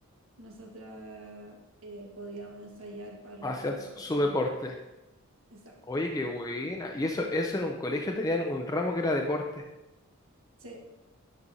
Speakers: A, on the right (about 65°); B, on the left (about 15°).
A: Nosotras eh, podíamos ensayar para los
B: Hacían
A: campeonatos.
B: su, su sí. deporte.
A: Exacto.
B: Oye, qué buena. Y eso, eso en un colegio tenían un ramo que era deporte.
A: Sí,